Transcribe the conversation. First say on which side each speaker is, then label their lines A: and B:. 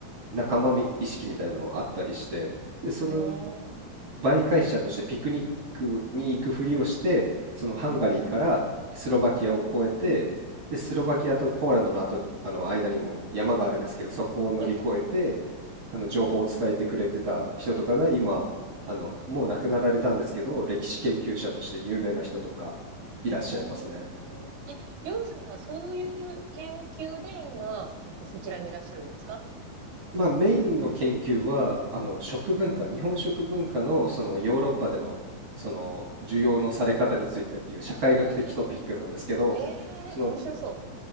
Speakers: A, on the right; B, on the right.
A: 仲間み意識みたいなのがあったりして、で、その
B: ん。うーん。
A: 媒介者としてピクニックに行くふりをして、そのハンガリーからスロバキアを越えて、で、スロバキアとポーランドの後、あの間にも山があるんですけど、そこを乗り越えて、
B: ええ。
A: あの情報を伝えてくれてた人とかが今、あの、もう亡くなられたんですけど、歴史研究者として有名な人とかいらっしゃいますね。
B: うーん。りょうさんはそういう研究で今、えっと、そちらにいらっしゃるんですか
A: まあ、メインの研究は、あの、食文化、日本食文化のそのヨーロッパでのその需要のされ方についてっていう社会学的トピックなんですけど、
B: へえへえ面白そ
A: その